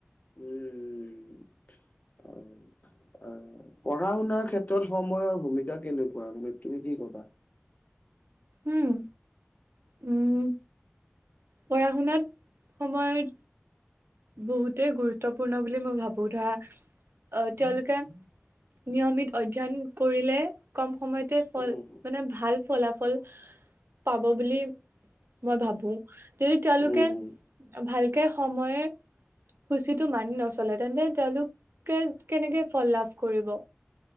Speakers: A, on the left (about 40°); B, on the right (about 60°).
A: উম, উম, অ', অ' <unintelligible> পঢ়া-শুনাৰ ক্ষেত্ৰত, সময়ৰ ভূমিকা কেনেকুৱা, মানে তুমি কি ক'বা?
B: উম, উম, পঢ়া-শুনাত, সময়ত বহুতেই গুৰুত্বপূৰ্ণ বুলি মই ভাবোঁ, ধৰা অ', তেওঁলোকে নিয়মিত অধ্যয়ন কৰিলে, কম সময়তে ফল
A: উম, উম,
B: মানে ভাল ফলাফল, পাব বুলি মই ভাবোঁ। যদি, তেওঁলোকে
A: উম, উম,
B: ভালকে সময়ৰ সূচীটো মানি নচলে। তেন্তে, তেওঁলোকে কেনেকে ফল লাভ কৰিব।